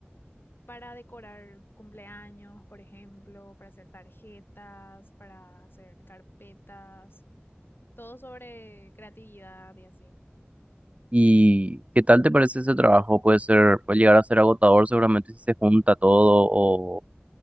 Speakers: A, on the left; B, on the right.
A: para decorar cumpleaños, por ejemplo, para hacer tarjetas, para hacer carpetas, todo sobre creatividad y así.
B: ¿Y qué tal te parece ese trabajo? Puede ser, puede llegar a ser agotador seguramente si se junta todo o